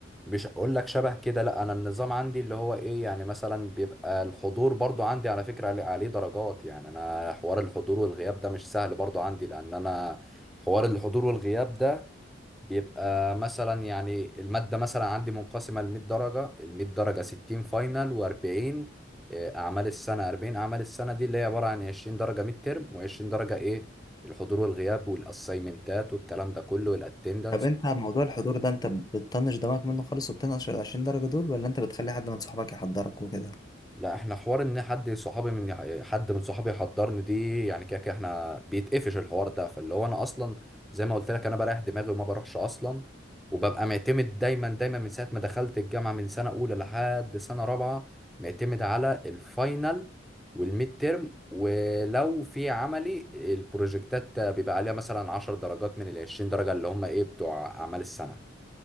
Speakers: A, in the centre; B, on the left.
A: مش هقول لك شبه كده لا انا النظام عندي اللي هو ايه يعني مثلا بيبقى الحضور برضو عندي على فكره عليه عليه درجات يعني انا حوار الحضور والغياب ده مش سهل برضو عندي لان انا حوار الحضور والغياب ده بيبقى مثلا يعني المادة مثلا عندي منقسمة ل 100 درجة ال 100 درجة 60 فاينل و40 أعمال السنة 40 أعمال السنة دي اللي هي عبارة عن 20 درجة ميد ترم و20 درجة إيه الحضور والغياب والأسايمنتات والكلام ده كله والأتندنس
B: طب انت على موضوع الحضور ده انت بتطنش دماغك منه خالص وبتنقش ال 20 درجه دول ولا انت بتخلي حد من صحابك يحضرك وكده
A: لا احنا حوار ان حد صحابي من حد من صحابي يحضرني دي يعني كده كده احنا بيتقفش الحوار ده فاللي هو انا اصلا زي ما قلت لك انا بريح دماغي وما بروحش اصلا وببقى معتمد دايما دايما من ساعه ما دخلت الجامعه من سنه اولى لحد سنه رابعه معتمد على الفاينل والميد تيرم ولو في عملي البروجكتات بيبقى عليها مثلا 10 درجات من ال 20 درجه اللي هم ايه بتوع اعمال السنه